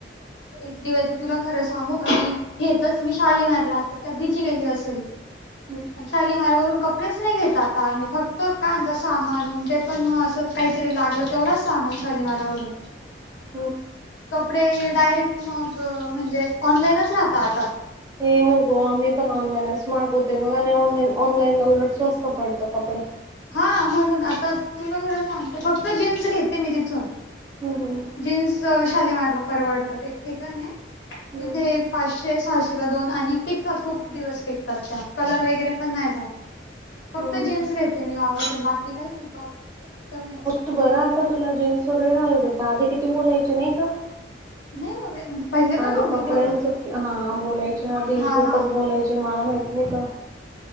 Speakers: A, on the left (about 85°); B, on the right (about 20°).
A: एक देवी आहे ती. तिला खरं सांगू का? नाही, घेतंच मी शालीमारला. तर कधीची गेली असेल.
B: <unintelligible>
A: शालीमारवरून कपडेच नाही घेतात आता आम्ही, फक्त काय, त सामान ते, पण मग असं काहीतरी लागलं तेवढंच सामान शालीमारवरून.
B: <inaudible>
A: कपडे डायरेक्ट मग म्हणजे ऑनलाईनच राहता आता?
B: ये होगं, आम्ही पण ऑनलाईनच मागवते. बघ आणि ऑनलाईन ऑनलाईनला उलट स्वस्त पडतं कपडे.
A: हा म्हणून आता तुला खरं <inaudible> सांगत फक्त जीन्स घेते मी तिथून.
B: हम्म हम्म
A: जीन्स शालेमारला परवडतात एक <inaudible> ठीक आहे ना
B: हम्म
A: तिथे पाचशे सहाशे ला दोन आणि टिकतात खूप दिवस टिकतात त्या. कलर वगैरे पण नाही जात फक्त
B: हम्म
A: जीन्स घेत. ते मी गाव बाकी काहीच <inaudible> नाही.
B: तू बरं आता तुला जीन्स वगैरे घालू देता आधी किती बोलायचे नाही का?
A: नाही बोल म्हणजे पहिले पण
B: आधी
A: नव्हती
B: कपड्यांचं
A: बोल
B: हा बोलायचे आधी
A: हा
B: खूपच
A: हा
B: बोलायचे मला माहत नाही का?